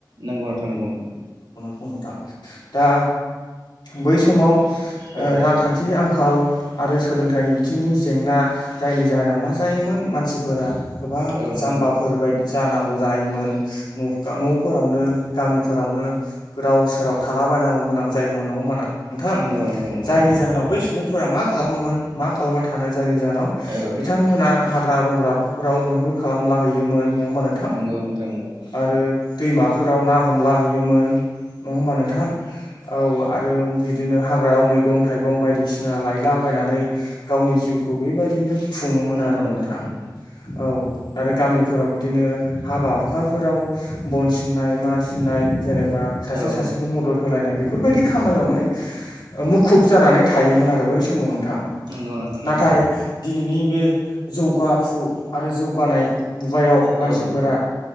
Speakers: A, on the right; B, on the left.
A: नंगौ नोंथां नंगौ नंगौ।
B: बुं नोंथां दा बै समाव ओ
A: औ नोंथां
B: रांखान्थि आंखाल, आरो सोलोंथाइनि बिथिंनि जेंना जायनि जाहोनाव मा जायोमोन मानसिफोरा गोबां
A: औ नोंथां
B: जाम्बाफोर बायदि जानांगौ जानायमोन नका न'फोरावनो गामिफोरावनो गोदाव सोराव थाला बायनांगौ गोनां जायोमोन नङा होमबाना? नोंथां
A: नंगौ नोंथां नंगौ
B: जायनि
A: नंगौ
B: जाहोनाव बै सुबुंफोरा मा खालामोमोन मा खालामना थानो जायनि जाहोनाव
A: औ
B: बिथांमोना
A: नोंथां
B: हाग्रा बंग्राफोराव मैहुर खालामलाहैयोमोन। नङा होमबा नोंथां
A: नंगौ नोंथां नंगौ
B: आरो दैमाफोराव ना हमला हैयोमोन नङा होमबा नोंथां? औ। आरो बिदिनो हाग्रायाव मैगं थाइगं बायदिसिना लायलाबायनानै गावनि जिउखौ बेबायदिनो खुङोमोन
A: नंगौ
B: आरो नोंथां।
A: नंगौ
B: औ आरो गामिफोराव बिदिनो हाबा हुखाफोराव बन सिननाय मा सिननाय जेनेबा सासे
A: औ
B: सासेखौ
A: नोंथां
B: मदद होलायनाय बेफोरबायदि खामायाव माने ओ मुखुब जानानै थायोमोन आरो बै समाव नोंथां।
A: नंगौ नोंथां नंगौ।
B: नाथाय दिनैनि बे जौगाफु आरो जौगानाय मुगायाव मानसिफोरा
A: औ नोंथां